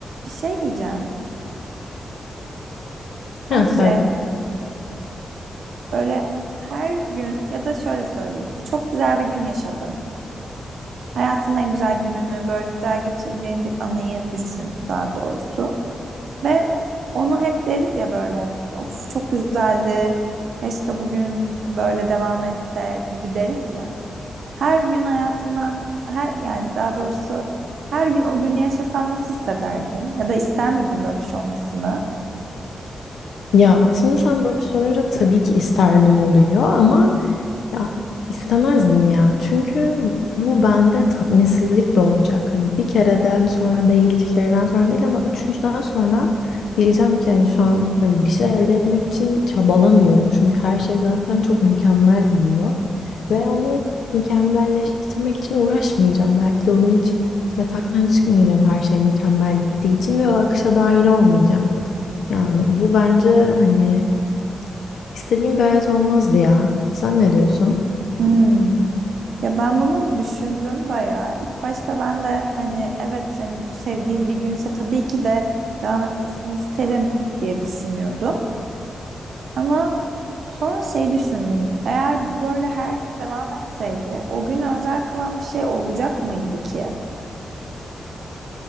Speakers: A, on the right; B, on the left.
A: Bir şey diyeceğim. Sence
B: Ha, söyle.
A: böyle her gün ya da şöyle söyleyeyim. Çok güzel bir gün yaşadın. Hayatın en güzel gününü böyle güzel geçirdiğin bir anıyı düşün daha doğrusu. Ve onu hep deriz ya böyle hani of çok güzeldi. Keşke bugün böyle devam etse gibi deriz ya. Her gün hayatından her yani daha doğrusu her gün o günü yaşasan nasıl hissederdin? Ya da ister miydin böyle bir şey olmasını?
B: Ya şimdi sen böyle sorunca tabii ki isterdim oluyor ama... Ya istemezdim ya. Çünkü bu bende tatminsizlik doğuracak. Hani bir kereden sonra değil, iki kereden sonra değil ama üçüncüden sonra diyeceğim ki hani şu an hani bir şey elde etmek için çabalamıyorum. Çünkü her şey zaten çok mükemmel gidiyor. Ve onu mükemmelleştirmek için uğraşmayacağım. Belki de o gün hiç yataktan çıkmayacağım her şey mükemmel gittiği için ve o akışa dahil olmayacağım. Yani bu bence hani istediğim bir hayat olmazdı ya. Sen ne diyorsun?
A: Hmm. Ya ben bunu düşündüm bayağı. İlk başta ben de hani evet hani sevdiğim bir günse tabii ki de devam etmesini isterim diye düşünüyordum. Ama sonra şey düşündüm. Eğer bu böyle her gün devam etseydi o gün özel kılan bir şey olacak mıydı ki?